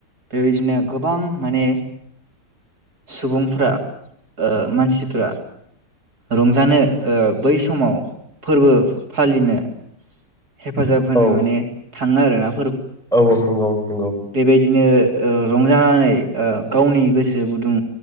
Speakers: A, on the right; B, in the centre.
A: बेबायदिनो गोबां माने सुबुंफ्रा ओ मानसिफ्रा रंजानो ओ बै समाव फोरबो फालिनो हेफाजाब होनो
B: औ
A: माने थांङो आरो ना।
B: औ औ नंगौ। नंगौ
A: बेेबाय बिदिनो ओ रंजानानै ओ गावनि गोसो गुदुं